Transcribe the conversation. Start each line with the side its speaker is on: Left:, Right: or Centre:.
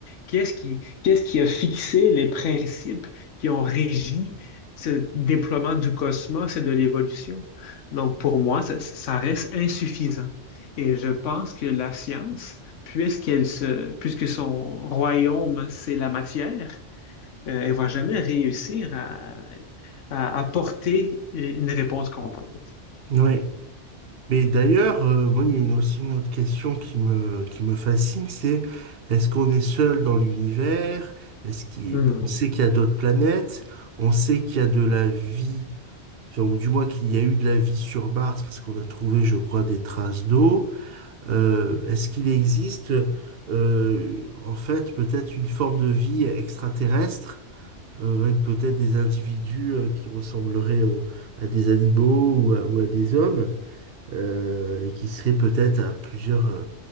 Left: qu'est-ce qui, qu'est-ce qui a fixé les principes qui ont régi ce déploiement du cosmos et de l'évolution. Donc, pour moi, ça, ça reste insuffisant. Et je pense que la science, puisqu'elle se, puisque son royaume, c'est la matière, euh, elle va jamais réussir à, à apporter une réponse complète.
Right: Ouais. Mais d'ailleurs, euh, moi, il y a une- aussi une autre question qui me, qui me fascine, c'est est-ce qu'on est seul dans l'univers? Est-ce qu'il,
Left: Hmm.
Right: bon, on sait qu'il y a d'autres planètes, on sait qu'il y a de la vie, enfin, ou du moins qu'il y a eu de la vie sur Mars, parce qu'on a trouvé, je crois, des traces d'eau. Euh, est-ce qu'il existe, euh, en fait, peut-être une forme de vie extraterrestre, euh, avec peut-être des individus, euh, qui ressembleraient au- à des animaux ou à ou à des hommes? euh, et qui serait peut-être à plusieurs euh,